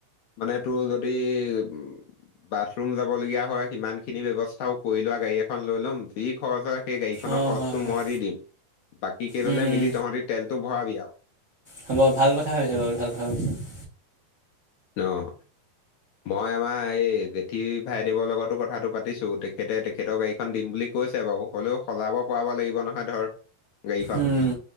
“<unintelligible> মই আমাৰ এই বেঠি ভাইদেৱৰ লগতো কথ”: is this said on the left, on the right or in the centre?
Left